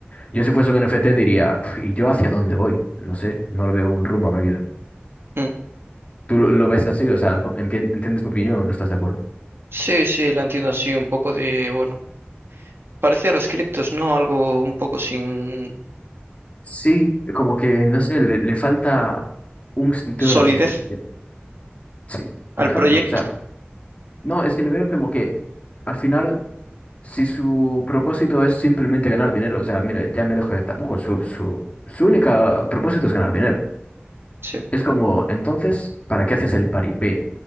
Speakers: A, on the left (about 35°); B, on the right (about 70°).
A: Yo si fuese un NFT diría, "Pf, ¿y yo hacia dónde voy? No sé, no le veo un rumbo a mi vida.
B: Mm.
A: ¿Tú lo, lo ves así? O sea, co- entien- ¿entiendes mi opinión o no estás de acuerdo?
B: Sí, sí, la entiendo así, un poco de, bueno. Parecía las criptos, ¿no? Algo un poco sin
A: Sí, como que, no sé, le, le falta un sentido
B: solidez
A: a la existencia. Sí, por
B: al
A: ejemplo,
B: proyecto.
A: o sea, no, es que le veo como que al final, si su propósito es simplemente ganar dinero, o sea, mira, ya me dejo ya tampoco, su, su, su única propósito es ganar dinero.
B: Sí.
A: Es como, entonces, ¿para qué haces el paripé